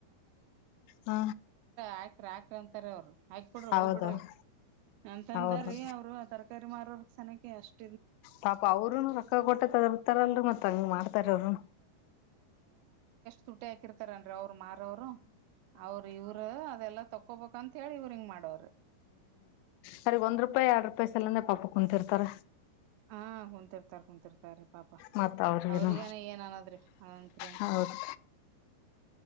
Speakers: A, on the left (about 85°); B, on the right (about 80°).
A: ಹ
B: ಆಯಾ ತಾರ ಅವ್ರರು ಆಯಕ್ ಬಿಡ್ರಿ ಹೋಗ್
A: ಹೌದು
B: ಬಿಡ್ರಿ ಎಂತಂತ
A: ಹೌದು
B: ರೀ ಅವರು ತರಕಾರಿ ಮಾರ ಸನಕೆ ಅಷ್ಟು
A: ಪಾಪ ಅವರುೂನು ರೊಕ್ಕ ಕೊಟ್ಟ ತರ್ತಾರಲ್ ರಿ ಮತ್ತ್ ಹಂಗ ಮಾಡ್ತಾರ ಅವರು.
B: ತುಟ್ಟ ಹಾರ್ತಾರಂತ ಅವರು ಮಾರವರು ಅವ್ರ ಇವ್ರ ಅದೆಲ್ಲ ತಕೋಬೇಕ ಅಂತ ಹೇಳಿವ್ರಗ ಮಾಡೋರಿ
A: ಸರಿ ಒಂದ್ ರೂಪಾಯಿ ಎರಡು ರೂಪಾಯಿ ಸಲಾನೇ ಪಾಪ ಕುಂತತಿರ್ತಾರ
B: ಹಾ ಕುಂತಿರ್ತಾರ್ ಕುಂತಿರ್ತಾರ್ ತ ಪಾಪ
A: ಮತ್ ಅವ್ರಿಗನು
B: ಅವ್ರಿಗಾನ ಏನ್ ಅನ್ನದ್ರಿ ಅತ್
A: ಹೌದು